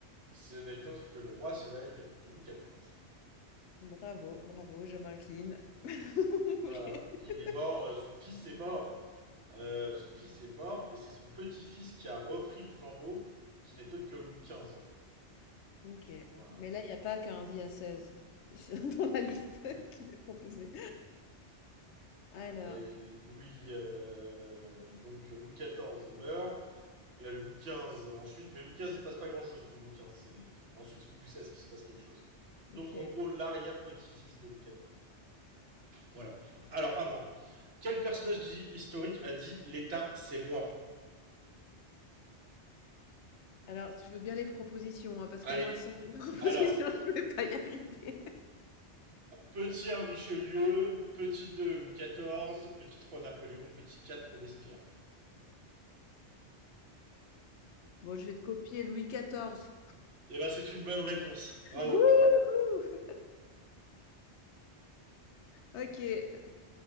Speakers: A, on the right; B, on the left.
A: Ce n'est autre que le roi soleil Louis XIV.
B: Bravo, bravo, je m'incline. <laughs>
A: Voilà, il est mort, euh, son fils est mort. Euh, son fils est mort et c'est son petit-fils qui a repris le flambeau, qui n'est autre que Louis XV en fait.
B: OK.
A: Voilà.
B: Mais là, il n'y a pas 15, il y a 16 <laughs> dans la liste <laughs> qui est proposée. Alors,
A: Et Louis, euh, donc Louis XIV meurt, Et là, Louis XV ensuite, mais Louis XV, il se passe pas grand chose sous Louis XV. C'est ensuite sous Louis XVI qu'il se passe quelque chose. Donc
B: OK.
A: en gros, l'arrière-petit-fils de Louis XIV. Voilà. Alors, à moi. Quel personnage historique a dit l'État, c'est moi
B: Alors, je veux bien les propositions, hein, parce
A: Allez,
B: que moi, sans les <laughs> propositions,
A: alors,
B: je ne vais pas y arriver.
A: petit un Richelieu, petit 2 Louis XIV, petit 3 Napoléon, petit 4 Robespierre.
B: Bon, je vais te copier Louis XIV.
A: Et Eh ben, c'est une bonne réponse. Bravo.
B: Ouais. Wouhou! OK.